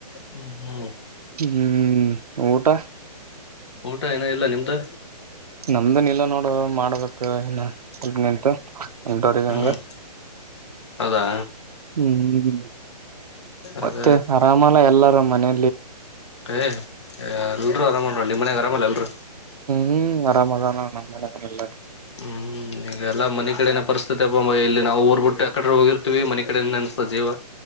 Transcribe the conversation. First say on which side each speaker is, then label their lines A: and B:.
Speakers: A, on the left; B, on the right.
A: ಹ್ಮ್ ಹ್ಮ್.
B: ಹ್ಮ್ ಊಟ.
A: ಊಟ ಏನ ಇಲ್ಲ ನಿಮ್ದು
B: ನಮ್ದನ ಇಲ್ಲ ನೋಡು ಮಾಡ್ಬೇಕು ಇನ ಸ್ವಲ್ಪ ನಿಂತು. ಎಂಟ ರ ಗಂಗ
A: ಹ್ಮ್ ಹೌದಾ
B: ಹ್ಮ್
A: ಅದ
B: ಮತ್ತೆ ಆರಾಮಲ್ಲ ಎಲ್ಲಾರೂ ಮನೆ
A: ಏ್ ಎಲ್ರುೂ ಆರಾಮನ್ ನಿಮ್ಮ ಮನ್ಯಾಗ ಆರಾಮಲ್ಲ ಅಲ್ರ
B: ಹ್ಮ್ ಆರಾಮದ ನಮ್ಮ ಮನೆ ಎಲ್ಲ
A: ಹ್ಮ್ ಈಗಲ್ಲ ಮನೆ ಕಿಡೆೇನೆ ಪರಿಸ್ಥಿತಿ ೊಂಬ ಇಲ್ಲಿ ನಾವು ಊರ್ ಬಿಟ್ಟು ಅಕಡೆ್ರ ಹೋಗಿರ್ತತಿವಿ ಮನೆ ಕಡೆ ಅನ್ಸತ ಜೀವ